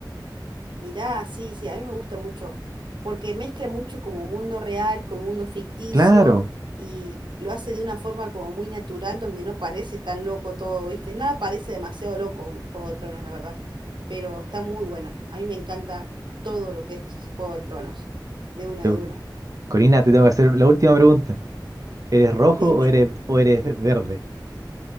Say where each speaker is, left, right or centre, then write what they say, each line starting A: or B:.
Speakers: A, on the right (about 75°); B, on the right (about 45°).
A: Mirá, sí, sí, a mí me gusta mucho, porque mezcla mucho como mundo real con mundo ficticio
B: Claro.
A: y lo hace de una forma como muy natural donde no parece tan loco todo, ¿viste? Nada parece demasiado loco un Juego de Tronos, la verdad, pero está muy buena. A mí me encanta todo lo que es Juego de Tronos, de una,
B: Te-
A: de una.
B: Corina, te tengo que hacer la última pregunta. ¿Eres rojo
A: Dime,
B: o eres, o eres verde?